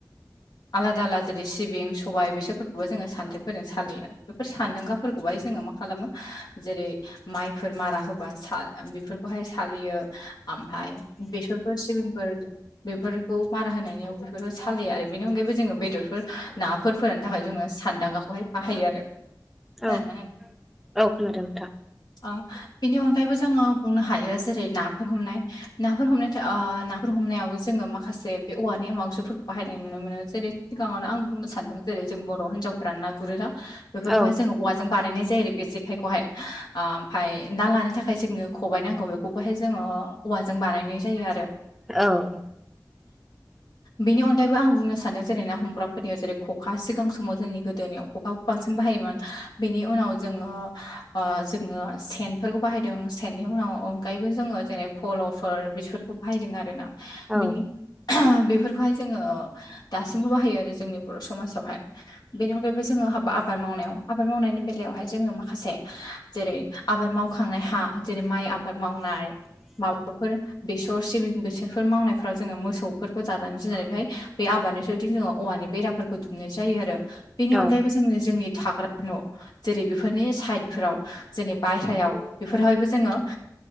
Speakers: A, on the left (about 65°); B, in the centre.
A: आलादा आलादा जेरै सिबिं सबाय बिसरफोरखौबो जोङो सानद्रिफोरजों सालियो। बेफोर सान्दांगाफोरखौहाय जोङो मा खालामो जेरै माइफोर मारा होबा बेफोरखौहाय सालियो ओमफ्राय बेसरफोर सिबिंफोर बेफोरखौ मारा होनायाव बेफोर सालिया आरो बेनि अनगायैबो जोङो बेदरफोर नाफोर फोराननो थाखाय जोङो सानदांगाखौहाय बाहायो आरो। खोनादोंना
B: औ औ खोनादों नोंथा
A: अ बेनि अनगायैबो जोङो बुंनो हायो जेरै नाफोर हम नाफोर हमनाय ओ नाफोर हमनायावबो जोङो माखासे बे औवानि आगजुफोरखौ बाहायनाय नुनो मोनो जेरै सिगाङावनो आं बुंनो सानदों जेरै जों बर' हिन्जावफोरा ना गुरोना बेफोरखौहाय
B: औ
A: जों औवा जों बानायनाय जायो आरो बे जेखायखौहाय ओमफाय ना लानो थाखाय जोंनो खबाइ नांगौ बेखौबोहाय जोङो औवाजों बानायनाय जायो आरो
B: औ
A: बेनि अनगायैबो आं बुंनो सानो जेरै ना हमग्राफोरनियाव जेरै खखा सिगां समाव जोंनि गोदोनियाव खखा बांसिन बाहायोमोन बेनि उनाव जोङो ओ जोङो सेनफोरखौ बाहायदों सेननि उनाव अनगायैबो जोङो जेरै फल' फोर बेसोरखौ बाहायदों आरोना
B: औ
A: बिनि बेफोरखौहाय जोङो दासिमबो बाहायो आरो जोंनि बर' समाजावहाय बेनि अनगायैबो जोङो हाबा आबाद मावनायाव आबाद मावनायनि बेलायावहाय जोङो माखासे जेरै आबाद मावखांनाय हा जेरै माइ आबाद मावनाय माबाफोर बेसर सिबिं बेसरफोर मावनायफ्राव जोङो मोसौफोरखौ जानानै गिनानै बेहाय बे आबादनिफ्राय बिदि जोङो औवानि बेरा फोरखौ दुमनाय जायो आरो बेनि
B: औ
A: अनगायैबो जोङो जोंनि थाग्रा न' जेरै बेफोरनि साइड फोराव जोंनि बायह्रायाव बेफोरहायबो जोङो